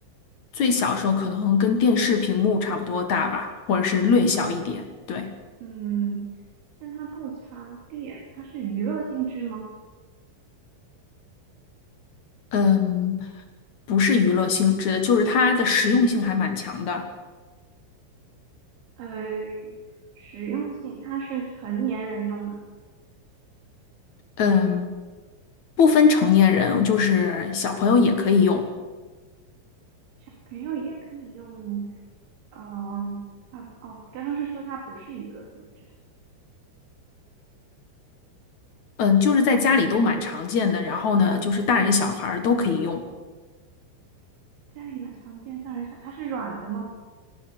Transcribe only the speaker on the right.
嗯，但它不插电，它是娱乐性质吗？
呃，实用性，它是成年人用的嘛？
小朋友也可以用。呃，它哦，刚刚是说它不是娱乐性质的，
家里买常见，上人想它是软的吗？